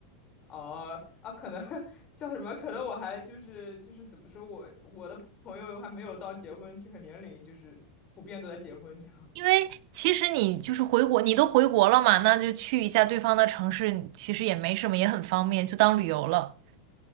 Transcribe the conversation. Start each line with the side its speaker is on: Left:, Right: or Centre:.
Left: 哦啊，可能 <laughs> 叫什么？可能我还就是就是怎么说我我的朋友还没有到结婚这个年龄，就是普遍都在结婚这样。
Right: 因为其实你就是回国，你都回国了嘛，那就去一下对方的城市，其实也没什么，也很方便，就当旅游了。